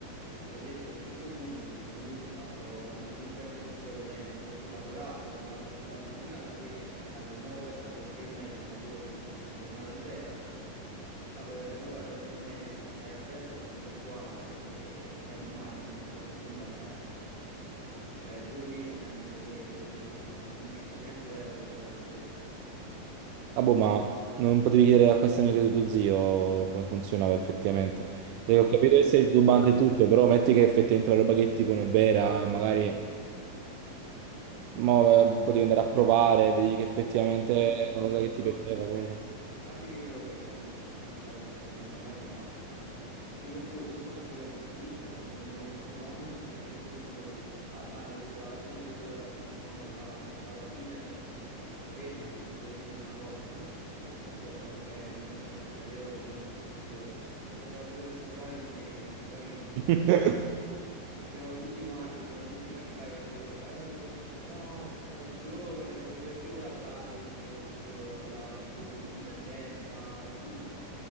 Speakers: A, on the right (about 25°); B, on the right (about 80°).
A: Ti ho detto, Chicco Fumi ha detto che lui si è fatto, ha detto non perderci proprio tempo, io ci ho lavorato, lavori dalla mattina alla sera perché dalle 9 alle 6 e mezza lavori, è una giornata intera Lavori alle 9 alle 6 e mezza, stai appresso a questo qua e bene o male non ti porti nulla a casa. Cioè, due mesi mi ha detto che, te l'ho detto, eh, un 500 euro si sarà preso.
B: Ah, boh, ma non potevi chiedere a questa amica di tuo zio come funzionava effettivamente. Perché
A: Ah,
B: ho capito che sei titubante e tutto, però metti che effettivamente la roba che ti dicono è vera e magari mo, eh, potevi andare a provare, vedi che effettivamente
A: Non ho,
B: è una cosa che
A: non
B: ti piaceva,
A: ho
B: cosa.
A: competenze. A parte che io non l'ho detto ai miei che sono andato a fare questa cosa, sono andato e basta. Non ho co- non so chi sia questa tizia, non so nemmeno il suo nome. Cioè, a un certo punto mi ha detto, ah, mi ha detto alla fine del... mentre stavamo al bar, mi fa alla fine fermati che ti devo chiedere una cosa. Ho fatto, boh, gue- ok, non sapevo, cioè io gli ho detto che vuole. Pensavo ci volesse provare con me, perché poi...
B: <laughs>
A: Ah, Facevano tutti quanti, stavano tutti quanti là che dicevano, eh, che bella ragazza, giovane, come, perché vuoi lavorare? Io dicevo, perché volevo lavorare, che volevo un'indipendenza e tutto.